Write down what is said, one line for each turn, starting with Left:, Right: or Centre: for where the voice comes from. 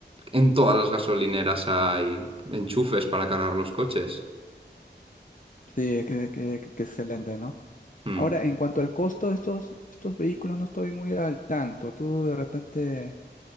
Right: en todas las gasolineras hay enchufes para cargar los coches.
Left: Sí, que, que- que excelente, ¿no?
Right: Mm.
Left: Ahora, en cuanto al costo de estos, estos vehículos, no estoy muy al tanto. ¿Tú de repente